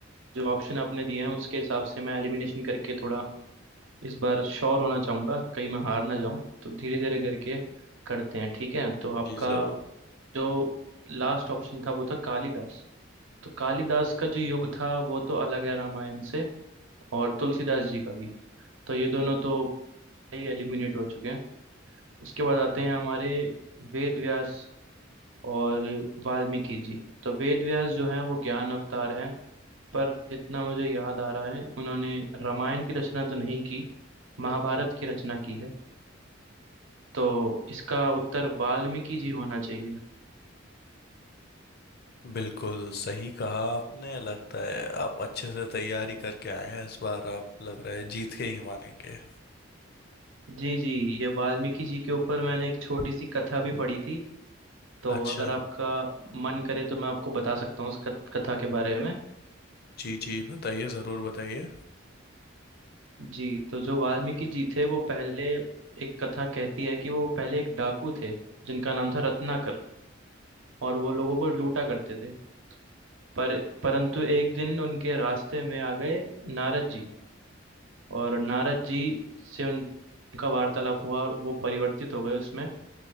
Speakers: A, on the right; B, on the left.
A: जो ऑप्शन आपने दिए हैं उसके हिसाब से मैं एलिमिनेशन करके थोड़ा इस बार श्योर होना चाहूंगा कहीं मैं हार ना जाऊं तो धीरे धीरे करके करते हैं ठीक है तो आपका
B: जी जरूर
A: जो लास्ट ऑप्शन था वो था कालिदास तो कालिदास का जो युग था वो तो अलग है रामायण से और तुलसीदास जी का भी तो ये दोनों तो एलिमिनेट हो चुके हैं उसके बाद आते हैं हमारे वेद व्यास और वाल्मीकि जी तो वेद व्यास जो है वो ज्ञान अवतार है पर जितना मुझे याद आ रहा है उन्होंने रामायण की रचना तो नहीं की महाभारत की रचना की है तो इसका उत्तर वाल्मीकि जी होना चाहिए
B: बिल्कुल सही कहा आपने लगता है आप अच्छे से तैयारी करके आए हैं इस बार आप लग रहा है जीत के ही मानेंगे
A: जी जी ये वाल्मीकि जी के ऊपर मैंने एक छोटी सी कथा भी पढ़ी थी तो
B: अच्छा
A: अगर आपका मन करे तो मैं आपको बता सकता हूँ उस कथ- कथा के बारे में
B: जी जी बताइए जरूर बताइए
A: जी तो जो वाल्मीकि जी थे वो पहले एक कथा कहती है कि वो पहले एक डाकू थे जिनका नाम था रत्नाकर और वो लोगों को लूटा करते थे पर परंतु एक दिन उनके रास्ते में आ गए नारद जी और नारद जी से उनका वार्तालाप हुआ और वो परिवर्तित हो गए उसमें